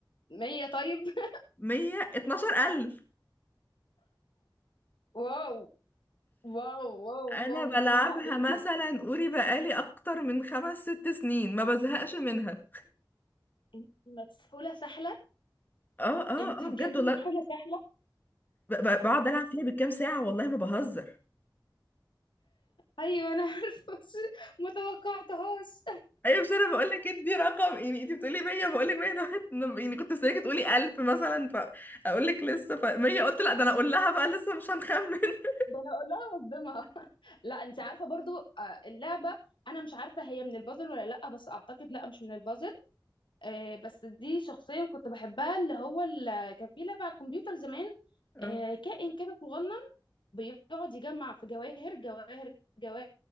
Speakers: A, on the left; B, on the left.
A: 100 طيب <laughs>
B: مية اتناشر ألف
A: واو واو واو
B: أنا
A: واو
B: بلعبها
A: برافو عليك
B: مثلا قولي بقالي أكتر من خمس ست سنين ما بزهقش منها
A: انت مسحوله سحله
B: اه اه
A: انت
B: اه
A: بجد
B: بجد والله
A: مسحوله سحله
B: ب- ب- بقعد ألعب فيها بالكام ساعة والله ما بهزر
A: ايوه انا عارفه بس ما توقعتهاش
B: أيوة مش أنا بقول لك ادي رقم يعني أنت بتقولي 100 بقول لك 100 ده يعني كنت مستنيكي تقولي 1000 مثلا فأقول لك لسه ف 100 قلت لا ده أنا أقول لها بقى لسه مش هنخمن <laughs>
A: ده انا اقول لها اصدمها <laughs> لا انت عارفه برضو آه، اللعبه انا مش عارفه هي من البازل ولا لا بس اعتقد لا مش من البازل آه، بس دي شخصيا كنت بحبها اللي هو ال- كان في لعبه على الكمبيوتر زمان
B: اه
A: آه، كائن كده صغنن بيقعد يجمع في جواهر جواهر جواهر